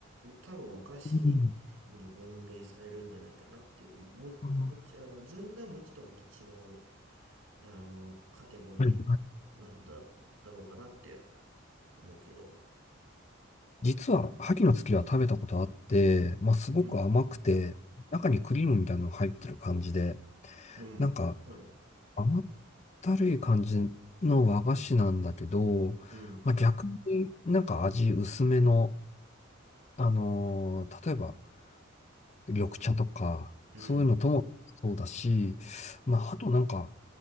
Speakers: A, on the right; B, on the left.
A: 多分お菓子に分類されるんじゃないかなって、
B: ん。
A: おも、
B: ああ
A: もち、あの、ずんだ餅とはまた違う、あの、カテゴリーなんだ、
B: はい。
A: だろうかなって思うけど。
B: 実は、萩の月は食べたことあって、まあ、すごく甘くて、
A: うん。
B: 中にクリームみたいなのが入ってる感じで、
A: うん。
B: なんか、
A: そう。
B: 甘ったるい感じの和菓子なんだけど、
A: うん。
B: まあ、逆になんか味薄めの、あのー例えば、緑茶とか、
A: うん。
B: そういうのともそうだし、まあ、あとなんか、